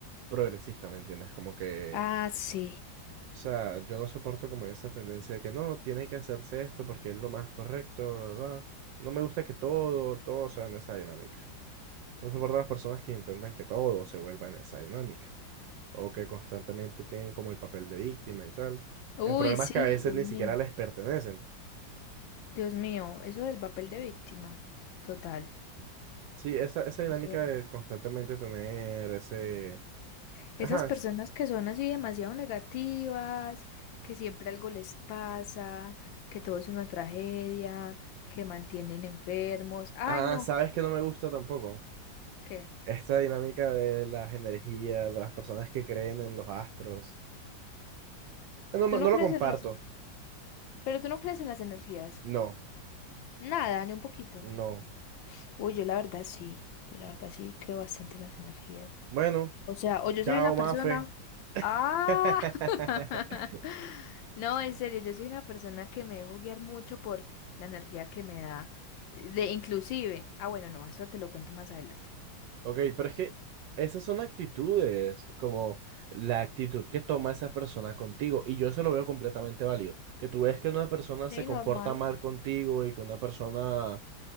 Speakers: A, on the right (about 75°); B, on the left (about 80°).
A: progresista, ¿me entiendes? Como que,
B: Ah, sí.
A: o sea, yo no soporto como esa tendencia de que no, tiene que hacerse esto porque es lo más correcto, bla, bla, bla". No me gusta que todo, todo sea en esa dinámica. No soporto a las personas que intentan que todo se vuelva en esa dinámica. o que constantemente tienen como el papel de víctima y tal,
B: Uy,
A: en problemas
B: sí,
A: que a veces
B: Dios
A: ni
B: mío.
A: siquiera les pertenecen.
B: Dios mío, eso del papel de víctima. Total.
A: Sí, esa, esa dinámica
B: Eso.
A: de constantemente tener ese...
B: Esas
A: Ajá,
B: personas
A: s-
B: que son así demasiado negativas, que siempre algo les pasa, que todo es una tragedia, que mantienen enfermos. Ay,
A: ah,
B: no,
A: sabes que no me gusta tampoco.
B: ¿qué?
A: Esta dinámica de las energías, de las personas que creen en los astros. No, me-
B: ¿Tú no
A: no lo
B: crees
A: comparto.
B: en las, pero tú no crees en las energías?
A: No,
B: Nada, ni un poquito.
A: no.
B: Uy, yo la verdad sí, yo la verdad sí creo bastante en las energías.
A: Bueno,
B: O sea, o yo
A: chao,
B: soy una
A: Mafe.
B: persona...
A: <laughs>
B: Ah, <laughs> no, en serio, yo soy una persona que me dejo guiar mucho por la energía que me da. De inclusive, ah, bueno, no, eso te lo cuento más adelante.
A: Ok, pero es que esas son actitudes, como la actitud que toma esa persona contigo, y yo eso lo veo completamente válido, que tú ves que una persona
B: Sí,
A: se comporta
B: normal.
A: mal contigo
B: <laughs>
A: y que una persona